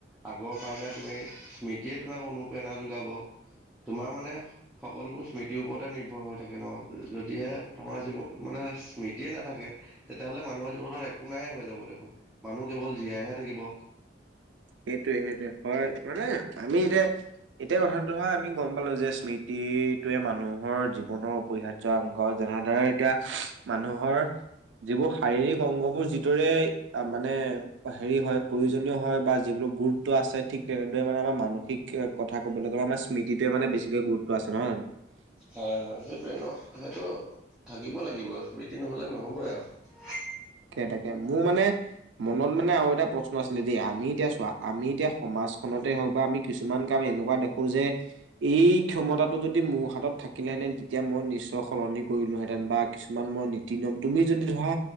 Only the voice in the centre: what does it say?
আগৰ কাৰণে তুমি স্মৃতিয়ে তোমাক অনুপ্ৰেৰণা <unintelligible> যোগাব। তোমাৰ মানে সকলোবোৰ স্মৃতিৰ ওপৰতে নিৰ্ভৰ হৈ থাকে ন। যদিহে তোমাৰ জীৱ মানে স্মৃতিয়ে নাথাকে তেতিয়াহ'লে মানুহৰ জীৱনত একো নাইে হৈ যাব দেখোন। মানুহ কেৱল জীয়াইহে থাকিব।
হয় হয় সেইটোোৱে ন সেইটো থাকিব লাগিব স্মিতি নহ'লে নহ'বই আৰু, উ!